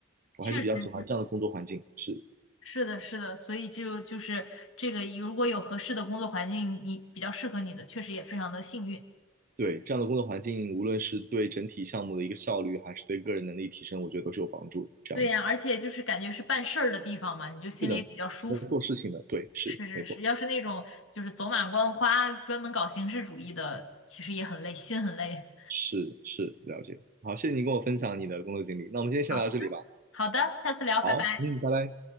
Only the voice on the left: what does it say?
确实是，
是的，是的，所以就就是这个，如果有合适的工作环境，你比较适合你的，确实也非常的幸运。
对呀，而且就是感觉是办事儿的地方嘛，你就心里也比较舒服。
是是是，要是那种就是走马观花，专门搞形式主义的，其实也很累，心很累。
好好的，下次聊，
拜拜。